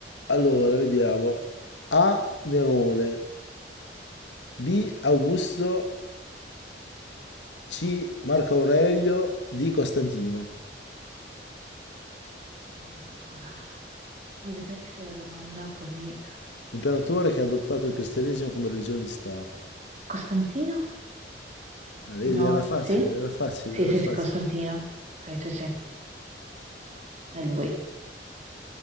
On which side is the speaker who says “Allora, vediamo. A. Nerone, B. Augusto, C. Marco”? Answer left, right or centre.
Left